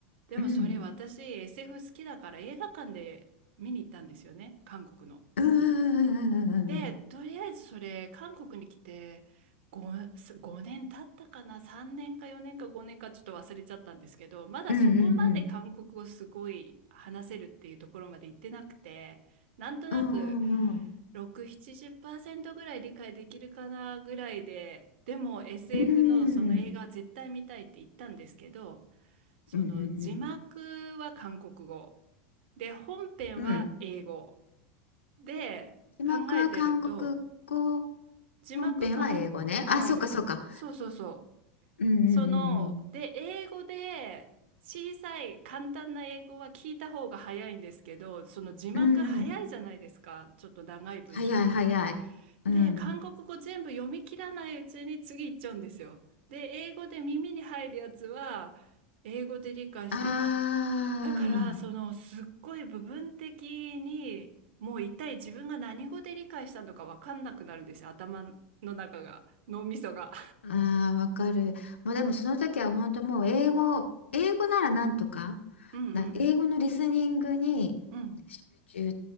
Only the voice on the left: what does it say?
うんうん
うん
うんうんうん
うんうんうん
うんうん
うんうんうんうんうん
うんうんうんうん <laughs>
字幕は韓国語、
本編は英語ね。
あ、そうかそうか。
うん
うん
うんうん。うんうん。
早い早い。うん。
あ
あ、ああ、わかる。もうでもその時は本当もう英語、英語ならなんとか、
な、英語のリスニングに集中っ